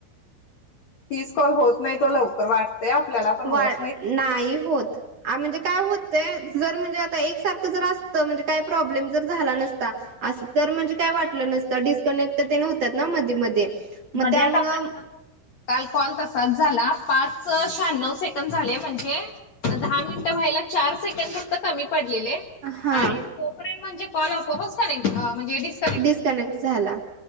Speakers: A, on the left; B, on the right.
A: तीस कॉल होत नाहीत ओ लवकर वाट ते आपल्याला पण
B: वा
A: होत
B: नाही होत. ह म्हणजे काय होतय जर म्हणजे आता एकसारखं जर असतं म्हणजे काय प्रॉब्लेम जर झाला नसता असं तर म्हणजे काय वाटलं नसतं डिस्कनेक्ट त्या होतात ना मध्ये मध्ये मग
A: मध्ये
B: त्यामुळं
A: आता <unintelligible> काल कॉल तसाच झाला, पाच शहाण्णव सेकंद झाले. म्हणजे दहा मिनिटं व्हायला, चार सेकंड फक्त कमी पडलेले
B: हा
A: आणि तोपर्यंत म्हणजे कॉल आपोआपच कनेक्ट म्हणजे डिस
B: डिस्कनेक्ट झाला